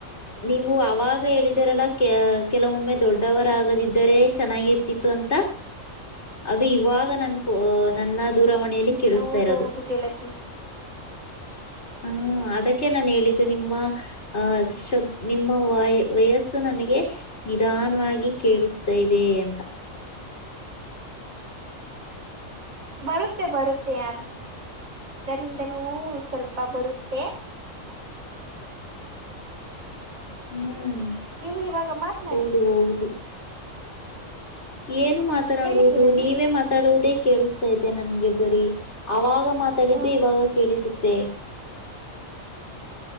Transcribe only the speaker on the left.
ನೀವು ಅವಾಗ ಹೇಳಿದರಲ್ಲ ಕೆ ಕೆಲವೊಮ್ಮೆ ದೊಡ್ಡವರಾಗದಿದ್ದರೆ ಚೆನ್ನಾಗಿರ್ತಿತ್ತು ಅಂತ ಅದು ಇವಾಗ ನನ್ ಪೋ ನನ್ನ ದೂರವಾಣಿಯಲ್ಲಿ ಕೇಳಿಸ್ತಾ
ಇರೋದು.
ಹ್ಮ ಅದಕ್ಕೆ ನಾನ ಹೇಳಿದ್ದು ನಿಮ್ಮ ಅ ಶಬ್ ನಿಮ್ಮ ವಾಯ ವಯಸ್ಸು ನನಗೆ ನಿಧಾನವಾಗಿ ಕೇಳಿಸ್ತಾ ಇದೆ ಅಂತ.
ಹ್ಮ್
ಹೌದು ಹೌದು. ಏನು ಮಾತನಾಡುವುದು
ನೀವೇ ಮಾತಾಡುವುದೇ ಕೇಳಿಸ್ತಾತೆ ನನ್ಗೆ ಬರೀ ಅವಾಗ ಮಾತಾಡಿದ್ದು
ಇವಾಗ ಕೇಳಿಸುತ್ತೆ.